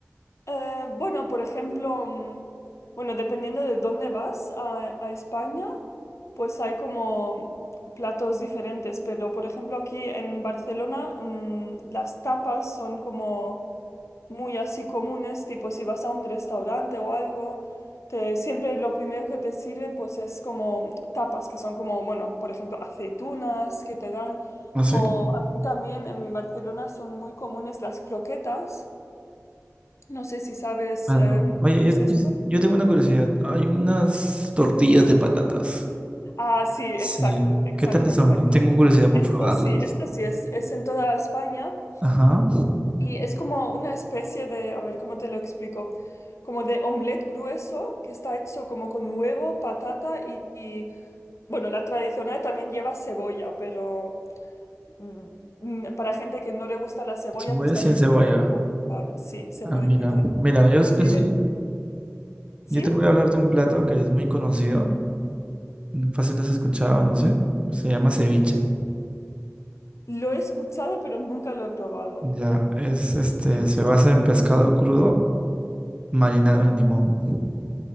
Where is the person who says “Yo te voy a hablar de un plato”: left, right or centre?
Right